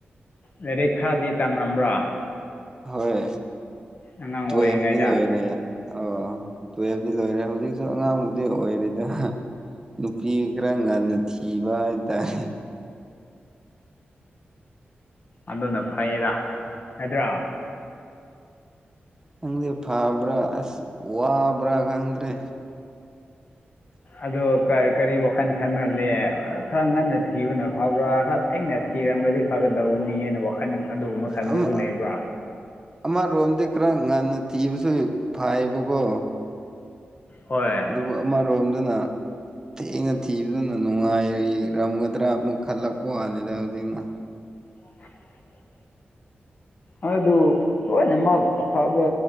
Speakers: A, on the left (about 45°); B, on the right (about 15°).
A: ꯂꯥꯏꯔꯤꯛ ꯈꯔꯗꯤ ꯇꯝꯂꯝꯕ꯭ꯔꯥ
B: ꯍꯣꯏ
A: ꯑꯉꯥꯡ
B: ꯇꯨꯋꯦꯜꯐꯗꯤ
A: ꯑꯣꯏꯔꯤꯉꯩꯗ
B: ꯂꯣꯏꯔꯦ ꯑꯣ ꯇꯨꯌꯦꯜꯐꯇꯤ ꯂꯣꯏꯔꯦ ꯍꯧꯖꯤꯛꯁꯨ ꯑꯉꯥꯡꯕꯨꯗꯤ ꯑꯣꯏꯔꯤꯗ ꯅꯨꯄꯤ ꯈꯔ ꯉꯟꯅ ꯊꯤꯕ ꯍꯥꯏꯇꯥꯔꯦ
A: ꯑꯗꯨꯅ ꯐꯩꯌꯦꯗ ꯅꯠꯗ꯭ꯔꯥ
B: ꯈꯪꯗꯦ ꯐꯕ꯭ꯔꯥ ꯑꯁ ꯋꯥꯕ꯭ꯔꯥ ꯈꯪꯗ꯭ꯔꯦ <inaudible>
A: ꯑꯗꯣ ꯀ ꯀꯔꯤ ꯋꯥꯈꯜ ꯈꯟꯍꯜꯂꯦ ꯈꯔ ꯉꯟꯅ ꯊꯤꯕꯅ ꯐꯕ꯭ꯔꯥ ꯈꯔ ꯊꯦꯡꯅ ꯊꯤꯔꯝꯔꯗꯤ ꯐꯒꯗꯧꯕꯅꯤꯅ ꯋꯥꯈꯜ ꯑꯗꯨꯒꯨꯝꯕ ꯈꯟꯗꯁꯨ
B: ꯑꯃ
A: ꯂꯩꯕ꯭ꯔꯥ
B: ꯑꯃꯔꯣꯝꯗꯤ ꯈꯔ ꯉꯟꯅ ꯊꯤꯕꯁꯨ ꯐꯥꯏꯌꯦꯕꯀꯣ
A: ꯍꯣꯏ
B: ꯑꯗꯨꯒ ꯑꯃꯔꯣꯝꯗꯅ ꯊꯦꯡꯅ ꯊꯤꯕꯗꯨꯅ ꯅꯨꯡꯉꯥꯏꯔꯝꯒꯗ꯭ꯔꯥ ꯑꯃꯨꯛ ꯈꯜꯂꯛꯄ ꯋꯥꯅꯤꯗ ꯍꯧꯖꯤꯛꯅ
A: <unintelligible> ꯑ ꯑꯗꯨ ꯂꯣꯏꯅꯃꯛ ꯑꯐꯕ